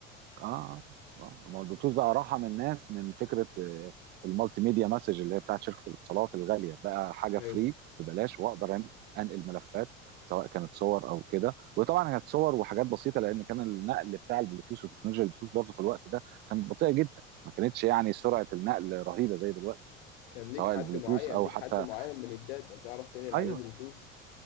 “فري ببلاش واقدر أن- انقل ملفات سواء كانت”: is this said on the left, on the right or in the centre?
Right